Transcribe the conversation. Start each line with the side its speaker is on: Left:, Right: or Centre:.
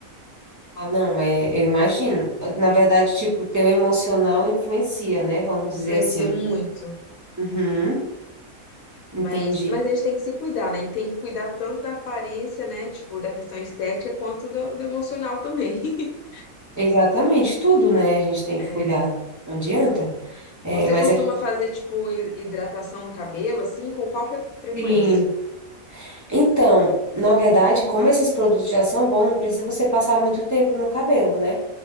Right: Ah, não, é, eu imagino. Na verdade, tipo, o teu emocional influencia, né? Vamos
Left: Influencia
Right: dizer assim.
Left: muito.
Right: Uhum, entendi.
Left: Mas, mas a gente tem que se cuidar, né? E tem que cuidar tanto da aparência, né? Tipo, da questão estética, quanto do, do emocional também. <laughs>
Right: Exatamente, tudo, né? A gente tem
Left: É.
Right: que cuidar. Não adianta. É,
Left: Você
Right: mas
Left: costuma
Right: é que.
Left: fazer, tipo, hi- hidratação no cabelo, assim, com qual fre- frequência?
Right: Sim. Então, na verdade, como esses produtos já são bons, não precisa você passar muito tempo no cabelo, né?